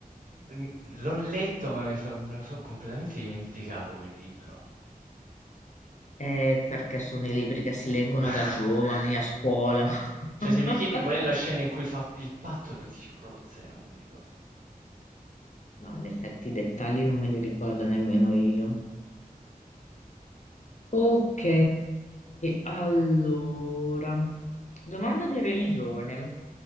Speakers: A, on the right; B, on the left.
A: mhmm, l'ho letto, ma mi so me lo so' completamente dimenticato quel libro.
B: Eh, perché sono i libri che si leggono
A: <laughs>
B: da giovani a scuola.
A: Cioè,
B: <laughs>
A: se mi chiedi qual è la scena in cui fa il patto, ti dico proprio zero, non mi ricordo.
B: No, in effetti i dettagli non me li ricordo nemmeno io. Ok, allora, domanda di religione.